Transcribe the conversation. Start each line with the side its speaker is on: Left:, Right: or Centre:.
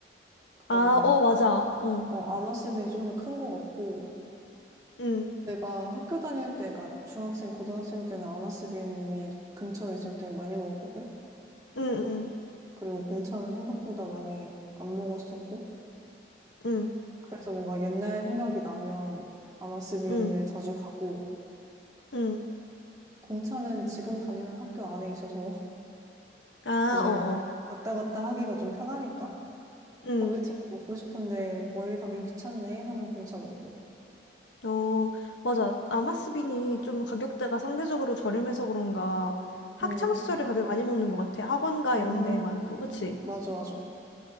Right: 그 다음에,
Left: 아, 어, 맞아. 어.
Right: 어, 아마스빈이 좀 더 큰 것 같고,
Left: 응.
Right: 내가 학교 다닐 때가 중학생, 고등학생 때는 아마스빈이 근처에 있어서 되게 많이 먹었거든?
Left: 응, 응,
Right: 그리고 공차는 생각보다 많이 안 먹었었고,
Left: 응,
Right: 그래서 뭔가 옛날 생각이 나면 아마스빈을
Left: 응,
Right: 자주 가고,
Left: 응.
Right: 공차는 지금 다니는 학교 안에 있어서 <laughs>
Left: 아,
Right: 이제
Left: 어, 어.
Right: 왔다 갔다 하기가 좀 편하니까,
Left: 응.
Right: 버블티 먹고 싶은데 멀리 가긴 귀찮네 하면 공차 먹고.
Left: 어, 맞아. 아마스빈이 좀 가격대가 상대적으로 저렴해서 그런가 학창
Right: 음,
Left: 시절에 밥을 많이 먹는 것 같아. 학원가
Right: 음,
Left: 이런 데 많고, 그치?
Right: 맞아, 맞아.